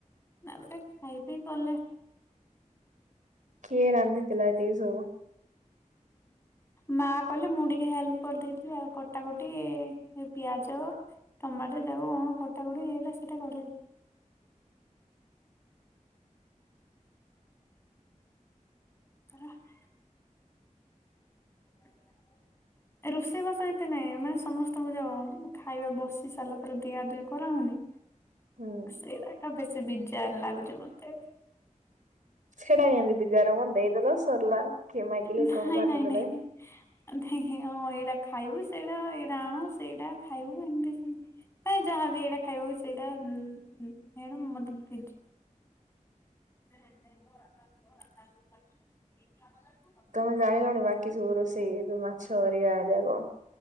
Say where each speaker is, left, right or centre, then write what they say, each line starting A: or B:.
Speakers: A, on the left (about 20°); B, on the right (about 75°).
A: ନାବେ ଖାଇ ପି ଗଲେ।
B: କିଏ ରାନ୍ଧିଥିଲା ଏତିକି ସବୁ?
A: ମା କହଲେ ମୁଁ ଟିକେ ହେଲ୍ପ କରିଦେଇଥିଲି ଆଉ କଟାକଟି। ଏଇ ପିଆଜ ଟମାଟର ଯାକ କଣ କଟାକଟି ହେଇ ସେଇଟା କରେଇ। <unintelligible> <inaudible> ରୋଷେଇବାସ ଏତେ ନାଇଁ ମାନେ ସମସ୍ତଙ୍କୁ ଜାଅ ଖାଇବା ବସି ସାରିଲା ପରେ ଦିଆ ଦୁଇ କରାହଉନି।
B: ହୁଁ।
A: ସେଇଟାକ ବେଶୀ ବିଜାର ଲାଗୁଛି ମତେ।
B: ଛେଡା ନିଅନ୍ତି ବିଜର ମ ଦେଇଦେଲ ସରିଲା କିଏ ମାଗିଲେ
A: ନାଇଁ
B: କଣ ଭାତ
A: ନାଇଁ ନାଇଁ
B: ଦେଲେ?
A: ନାଇଁ ହଁ ଏଇଟା ଖାଇବୁ ସେଇଟା ଏଇଟା ଆଣ ସେଇଟା ଖାଇବୁ ଏମତି ସେମତି ହଁ ଯାହାବି ଏଇଟା ଖାଇବାକୁ ସେଇଟା <unintelligible> ମତେ ଭି <unintelligible>
B: ତମେ ଜାଣିଲନ ବାକି ସବୁ ରୋଷେଇ ଏଇ ଯୋଉ ମାଛ ହରିଗା ଯାକ।